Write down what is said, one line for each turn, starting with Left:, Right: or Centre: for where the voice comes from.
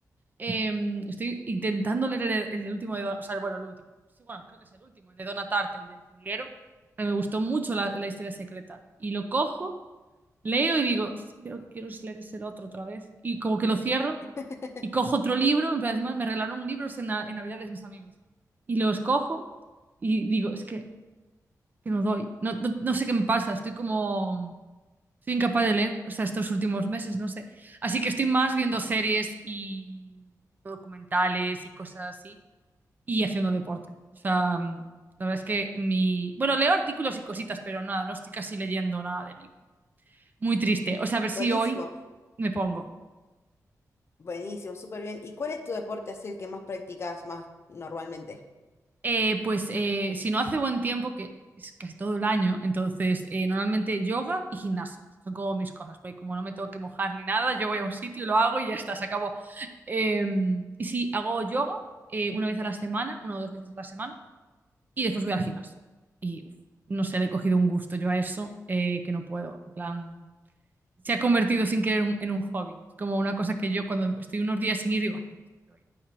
Right: Eh, estoy intentando leer el, el del último de Don- o sea, bueno, el último. Sí, bueno, creo que es el último, el de Donna Tartt, el del jilguero. Pero me gustó mucho la, la historia secreta. Y lo cojo, leo y digo, si es que yo lo que quiero es leer ese otro otra vez. Y como que lo cierro
Left: <laughs>
Right: y cojo otro libro. En plan, encima me regalaron libros en, na- en Navidades mis amigos. Y los cojo y digo, es que que no doy. No, no, no sé qué me pasa, estoy como... Soy incapaz de leer, o sea, estos últimos meses, no sé. Así que estoy más viendo series y documentales y cosas así y haciendo deporte. O sea, mm, la verdad es que mi... Bueno, leo artículos y cositas, pero nada, no estoy casi leyendo nada de libro. Muy triste. O sea, a ver si
Left: Buenísimo,
Right: hoy me pongo.
Left: buenísimo, súper bien. ¿Y cuál es tu deporte así el que más practicás más normalmente?
Right: Eh, pues eh, si no hace buen tiempo, que es casi todo el año, entonces eh, normalmente yoga y gimnasio. Son como mis cosas, porque como no me tengo que mojar ni nada, yo voy a un sitio, lo hago y ya está, se acabó. Eh, y sí, hago yoga eh, una vez a la semana, una o dos veces a la semana, y después voy al gimnasio. Y uf, no sé, le he cogido un gusto yo a eso eh, que no puedo. En plan, se ha convertido sin querer un- en un hobby. Es como una cosa que yo cuando estoy unos días sin ir digo, "Ay, necesito ir".